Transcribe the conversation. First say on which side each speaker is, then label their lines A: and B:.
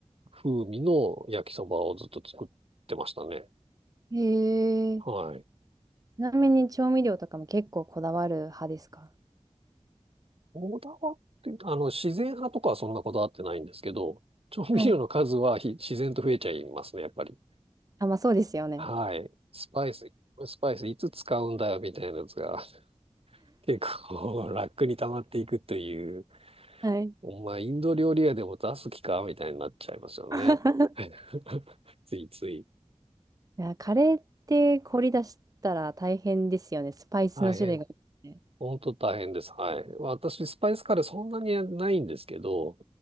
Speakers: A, on the right (about 55°); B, on the right (about 30°).
A: 風味の焼きそばをずっと作ってましたね。
B: えー
A: はい。
B: ちなみに調味料とかも結構こだわる派ですか
A: こだわっていうと、あの、自然派とかはそんなこだわってないんですけど、調味料の数はひ自然と増えちゃいますね、
B: はい。
A: やっぱり。
B: あ、まあそうですよね。
A: はい。スパイス、スパイスいつ使うんだよ、みたいなやつが、<laughs> 結構楽に溜まっていくという、
B: はい。
A: お前、インド料理屋でも出す気か、みたいになっちゃいますよね。
B: <laughs>
A: <laughs> ついつい。
B: いや、カレーって凝り出したら大変ですよね。スパイスの種類が多くて。
A: 大変。本当大変です。はい。私、スパイスカレーそんなにないんですけど、